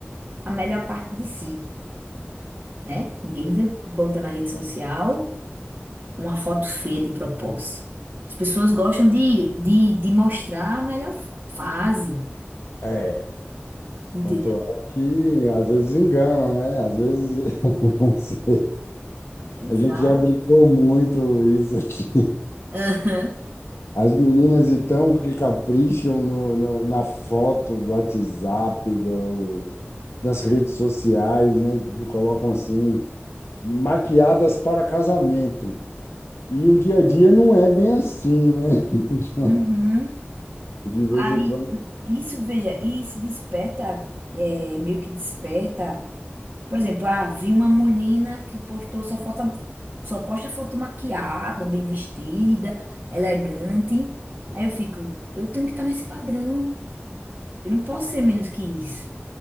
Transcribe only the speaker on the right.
a melhor parte de si, né? Ninguém vai botar na rede social uma foto feia de propósito. As pessoas gostam de, de, de mostrar a melhor fase,
entendeu?
Exato.
Aham.
Uhum.
Aí,
isso, veja, isso desperta, é, meio que desperta. Por exemplo, ah, vi uma menina que postou só foto, só posta foto maquiada, bem vestida, elegante. Aí eu fico, eu tenho que estar nesse padrão. Eu não posso ser menos que isso.